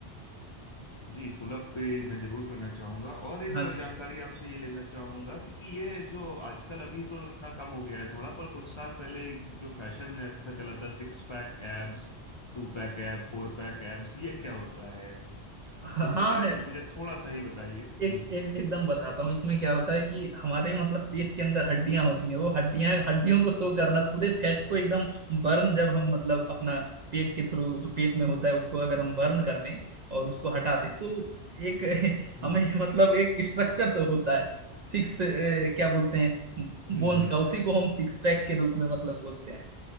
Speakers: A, on the left (about 45°); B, on the right (about 55°).
A: जी पुलअप पे मैं जरूर करना चाहूंगा और एक
B: हाँ
A: बार
B: जी
A: जानकारी आपसे ये लेना चाहूंगा कि ये जो आजकल अभी तो इतना कम हो गया है थोड़ा पर कुछ साल पहले एक जो फैशन ऐसा चला था six pack abs two pack ab four pack abs ये क्या होता है
B: हाँ
A: इसके
B: हाँ,
A: बारे
B: है
A: में मुझे थोड़ा सा ही बताइए
B: एक
A: जी
B: एक एकदम बताता हूँ इसमें क्या होता है कि हमारे मतलब पेट के अंदर हड्डियां होती हैं वो हड्डियां हड्डियों को शो करना पूरे फैट को एकदम बर्न जब हम मतलब अपना पेट के थ्रू जो पेट में होता है उसको अगर हम बर्न कर लें और उसको हटा दें तो एक <laughs>
A: हम्म
B: हमें
A: हम्म
B: मतलब एक स्ट्रक्चर से होता है सिक्स क्या बोलते हैं
A: हम्म
B: बोन्स
A: हम्म
B: का उसी को हम सिक्स पैक के रूप में मतलब बोलते हैं